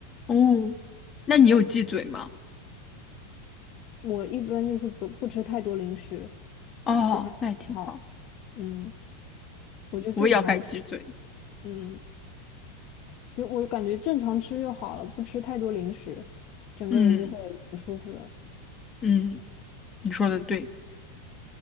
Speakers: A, on the left; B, on the left.
A: 哦，那你有忌嘴吗？
B: 我一般就是不不吃太多零食，
A: 哦，
B: 其他不太好，
A: 那也挺好，
B: 嗯，我就正常吃，
A: 我也要开始忌嘴。
B: 嗯，就我感觉正常吃就好了，不吃太多零食，整个人就会挺舒服的。
A: 嗯嗯，你说的对。